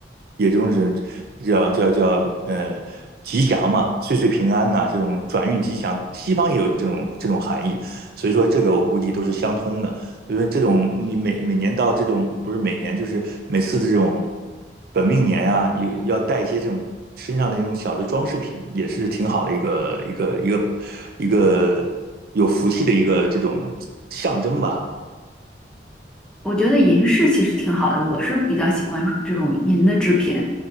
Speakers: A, on the right; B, in the centre.
A: 也就是叫叫叫呃吉祥嘛，岁岁平安呐、这种转运吉祥，西方也有这种这种含义，所以说这个我估计都是相通的。就是这种你每每年到这种不是每年就是每次的这种本命年啊，有要带一些这种身上的这种小的装饰品，也是挺好的一个一个一个一个有福气的一个这种象征吧。
B: 我觉得银饰其实挺好的，我是比较喜欢这种银的制品，